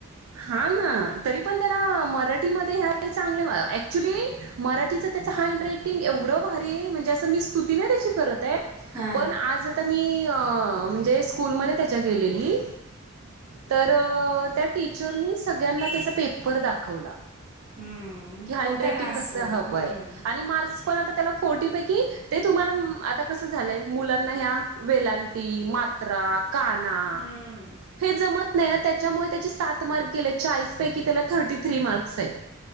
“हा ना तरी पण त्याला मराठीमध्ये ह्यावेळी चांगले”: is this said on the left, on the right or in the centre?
Right